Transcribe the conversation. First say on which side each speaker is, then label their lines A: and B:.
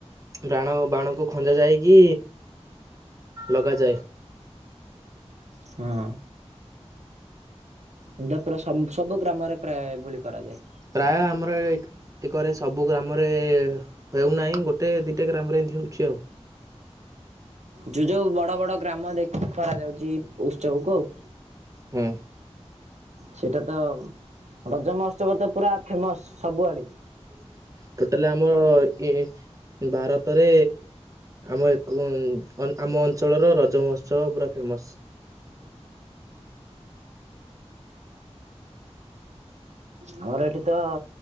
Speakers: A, on the right (about 30°); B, on the right (about 85°).
A: ବାଣ ବାଣକୁ ଖଞ୍ଜା ଯାଇକି ଲଗାଯାଏ।
B: ହଁ। ଏଇଟା ପୁରା <unintelligible> ସବୁ ଗ୍ରାମରେ ପ୍ରାୟ ଏଭଳି କରାଯାଏ।
A: ପ୍ରାୟ ଆମର ଏ ଏକରେ ସବୁ ଗ୍ରାମରେ ହେଉନାହିଁ ଗୋଟେ ଦିଇଟା ଗ୍ରାମରେ ଏମ୍ତି ହଉଚି ଆଉ।
B: ଯୋଉ-ଯୋଉ ବଡ-ବଡ ଗ୍ରାମ ଦେଖିକି କରାଯାଉଚି। ଉତ୍ସବକୁ ଆଉ।
A: ହଁ
B: ସେଇଟା ତ ରଜ ମହୋତ୍ସବ ତ ପୁରା ଫେମସ୍ ସବୁଆଡ଼େ।
A: <inaudible> ଟୋଟାଲି ଆମର ଏ ଭାରତରେ ଆମ <unintelligible> ଆମ ଅଞ୍ଚଳର ରଜ ମହୋତ୍ସବ ପୁରା ଫେମସ୍।
B: ଆମର ଏଠି ତ